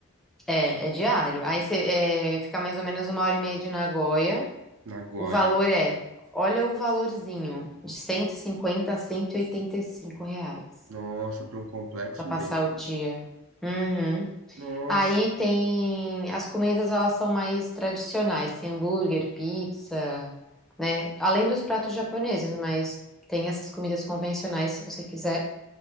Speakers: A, in the centre; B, on the right.
A: é, é diário. Aí você é, fica mais ou menos uma hora e meia de Nagoya.
B: Nagoya.
A: O valor é, olha o valorzinho, de 150 a cento e e oitenta e cinco reais.
B: Nossa, pra um complexo
A: Pra passar
B: desse.
A: o dia. Uhum.
B: Nossa.
A: Aí tem as comidas, elas são mais tradicionais, tem hambúrguer, pizza, né? Além dos pratos japoneses, mas tem essas comidas convencionais se você quiser